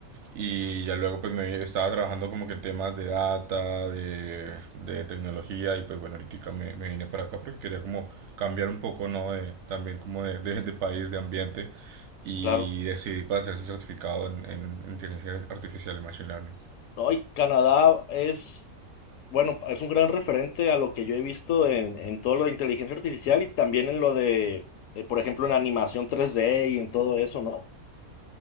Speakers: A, on the right; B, on the left.
A: y ya luego pues me estaba trabajando como que en temas de data, de, de tecnología y pues bueno, ahorita me, me vine para acá porque quería como cambiar un poco, ¿no? De, también como de, de, de país, de ambiente y
B: claro.
A: decidí para hacer ese certificado en, en inteligencia artificial y machine learning.
B: No, y Canadá es, bueno, es un gran referente a lo que yo he visto en, en todo lo de inteligencia artificial y también en lo de, eh, por ejemplo, en animación tres d y en todo eso, ¿no?